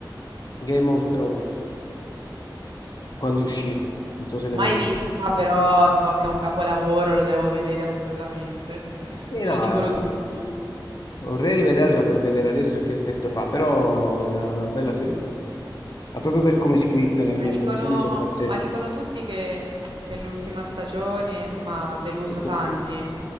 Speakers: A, on the left (about 55°); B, on the right (about 80°).
A: Game of Thrones quando uscì, non so se l'hai
B: mai
A: mai visto.
B: vista, però so che è un capolavoro, lo devo vedere assolutamente. <laughs>
A: Sì,
B: Me
A: no,
B: lo dicono
A: eh,
B: tutti.
A: Vorrei rivederla per vedere adesso che effetto fa, però è una, una bella serie TV. Ma proprio per come è scritta, le ambientazioni
B: Ma dicono,
A: sono pazzesche.
B: ma dicono tutti che, che l'ultima stagione, insomma, ha deluso
A: Perché-
B: tanti.